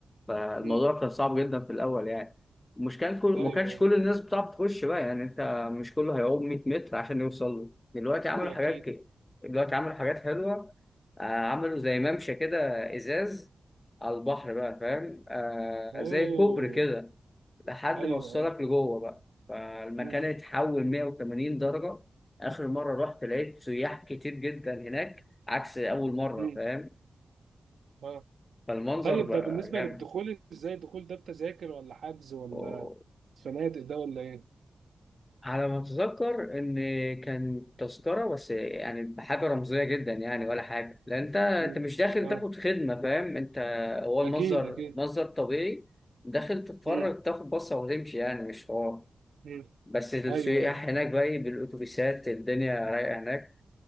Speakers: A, on the left; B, on the right.
A: فالموضوع
B: مم.
A: كان صعب جدا في الاول يعني مش كان كل
B: ايوه
A: ما
B: أيوه.
A: كانش كل الناس بتعرف تخش بقى يعني انت مش كله هيعوم 100 متر عشان يوصل له دلوقتي عملوا
B: ده اكيد
A: حاجات كده دلوقتي عملوا حاجات حلوه آه، عملوا زي ممشى كده ازاز على البحر بقى فاهم آه
B: اوه
A: زي كوبري كده لحد
B: ايوه
A: ما وصلك
B: ايوه
A: لجوه بقى فالمكان
B: مم.
A: اتحول 180 درجه اخر مره رحت لقيت سياح كتير جدا هناك عكس اول مره
B: مم.
A: فاهم
B: اه
A: فالمنظر
B: طيب
A: بقى
B: ده بالنسبه
A: جامد
B: للدخول ازاي الدخول ده بتذاكر ولا حجز ولا
A: و-
B: فنادق ده ولا ايه؟
A: على ما اتذكر ان كان تذكره بس يعني بحاجه رمزيه جدا يعني ولا حاجه لان انت انت
B: مم.
A: مش داخل
B: اه
A: تاخد خدمه فاهم انت هو المصدر
B: اكيد اكيد
A: مصدر طبيعي داخل تتفرج
B: مم.
A: تاخد بصه وتمشي يعني مش حوار
B: مم.
A: بس السياح
B: ايوه ايوه
A: هناك بقى إيه بالاتوبيسات الدنيا رايقه هناك